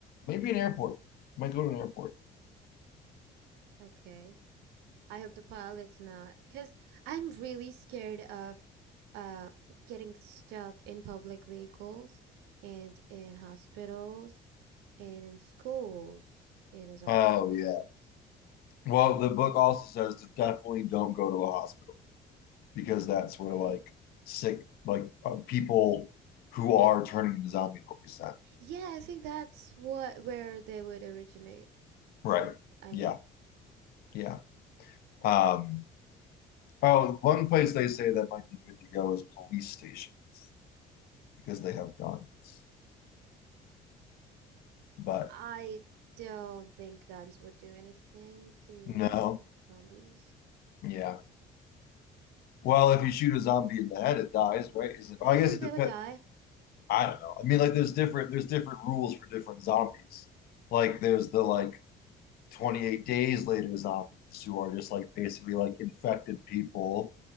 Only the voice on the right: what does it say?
Okay. I hope the pilot's not, because I'm really scared of uh getting stuck in public vehicles and in hospitals and in schools in a zombie
apocalypse,
right?
Yeah, I think that's what where they would originate
from. I
mean,
I don't think guns would do anything to
zombies.
Do
you
think
they
would die?
Uh-huh.